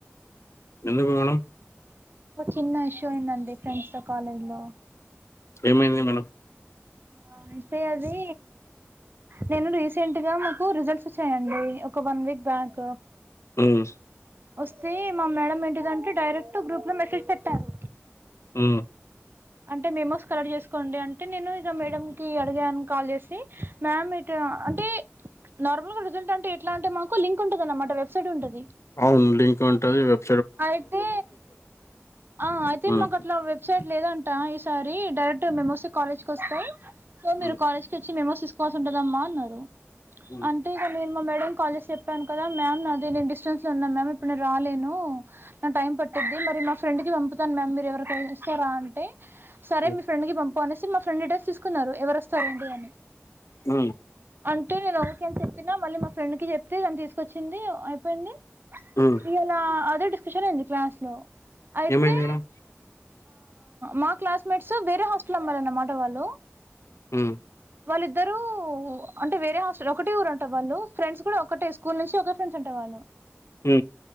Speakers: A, on the left; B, on the right.
A: ఎందుకు మేడం
B: ఒక చిన్న ఇష్యూ అయిందండి ఫ్రెండ్స్ తో కాలేజ్ లో
A: ఏమైంది మేడం
B: ఆ అంటే అది నేను రీసెంట్ గా మాకు రిజల్ట్స్ వచ్చాయి అండి ఒక వన్ వీక్ బ్యాక్
A: హ్మ్మ్
B: వస్తే మా మేడం ఏంటిదంటే డైరెక్ట్ గ్రూప్ లో మెసేజ్ పెట్టారు
A: హ్మ్మ్
B: అంటే మేమోస్ కలెక్ట్ చేసుకోండి అంటే నేను ఇక మేడం కి అడిగాని కాల్ చేసి మ్యామ్ ఇటు అంటే నార్మల్ గా రిజల్ట్ అంటే ఎట్లా అంటే మనకు లింక్ ఉంటంది అన్నమాట వెబ్సైట్ ఉంటంది
A: అవును లింక్ ఉంటది వెబ్
B: అయితే ఆ అయితే
A: హ్మ్
B: మాకు అట్లా వెబ్సైట్ లేదంట ఈసారి డైరెక్ట్ మెమోస్ కాలేజ్ కి వస్తాం సో
A: హ్మ్
B: మీరు కాలేజ్ క చ్చి మెమోస్ తీసుకోవలసి ఉంటదమ్మా అన్నారు.
A: హ్మ్
B: అంటే మేము మా మేడం కు కాల్ చేసి చెప్ చెప్పాను కదా మ్యామ్ నా అది నేను డిస్టెన్స్లో ఉన్నా మ్యామ్ ఇప్పుడు నేను రాలేను నా టైం పట్టిద్ది మరి మా ఫ్రెండ్ కి పంపుతాను మ్యామ్ మీరు ఎవరికైనా ఇస్తారా అంటే సరే
A: హ్మ్
B: మీ ఫ్రెండ్ కి పంప అనేసి మా ఫ్రెండ్ డ్రెస్ తీసుకున్నారు ఎవరు వస్తారండి అని
A: అ
B: అంటూ నేను ఓకే అని చెప్పిన మళ్ళీ మా ఫ్రెండ్ కి చెప్తే దని తీసుకొచ్చింది అయిపోయింది
A: హ్మ్
B: ఇవాలా అదే డిస్కషన్ అయింది క్లాస్ లో అయితే
A: ఏమైంది మేడం
B: మా క్లాస్మేట్స్ వేరే హాస్టల్ అమ్మాయిలన్నమాట వాళ్ళు
A: హ
B: వాళ్ళిద్దరూ అంటే వేరే హస్టల్ ఒకే టే ఊరు అంట వాళ్ళు ఫ్రెండ్స్ కూడా ఒకటే స్కూల్ నుంచి ఒకే ఫ్రెండ్స్ అంటా వాళ్ళు హా లో
A: హ